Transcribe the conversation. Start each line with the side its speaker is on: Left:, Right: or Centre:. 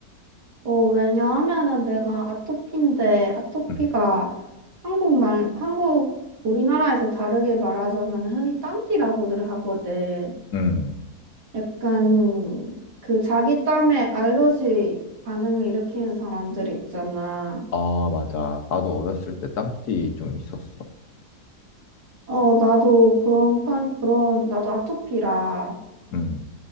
Right: 어, 왜냐하면은 내가 아토피인데, 아토피가
Left: 음,
Right: 한국말, 한국, 우리나라에서 다르게 말하자면 흔히 땀띠라고들 하거든.
Left: 음.
Right: 약간 그 자기 땀에 알러지 반응을 일으키는 사람들 있잖아.
Left: 아, 맞아. 나도 어렸을 때 땀띠 좀 있었어.
Right: 어, 나도 그런 편, 그런, 나도 아토피라.
Left: 음,